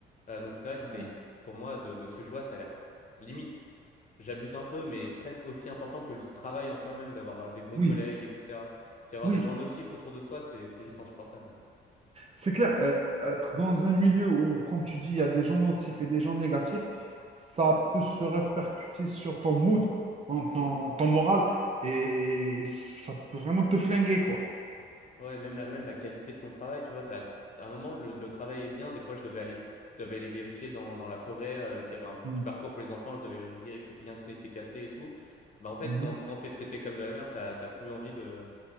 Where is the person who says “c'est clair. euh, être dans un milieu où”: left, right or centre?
Right